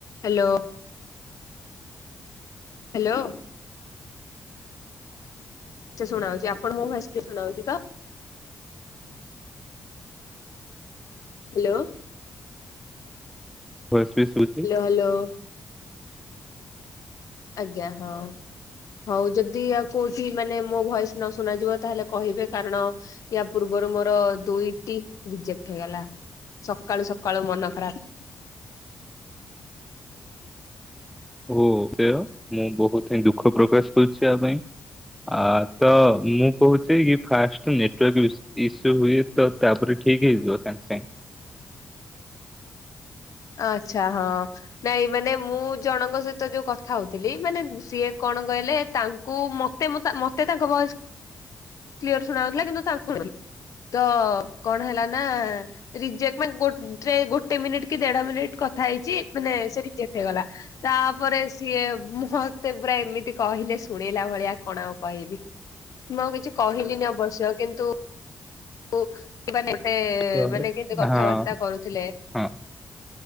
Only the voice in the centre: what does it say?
ଭଏସ ବି ଶୁଭୁଚି।
<inaudible> ହ ସେ ମୁଁ ବହୁତ ହିଁ ଦୁଃଖ ପ୍ରକାଶ କରୁଛି ଆ ପାଇଁ। ଆ ତ ମୁଁ କହୁଛି କି ଫାଷ୍ଟ ନେଟୱାର୍କ ଇସ୍ୟୁ ହୁଏ ତ ତାପରେ ଠିକ ହେଇ ଯିବ ସାଙ୍ଗ ସାଙ୍ଗ।
ତ
ହଁ
ହଁ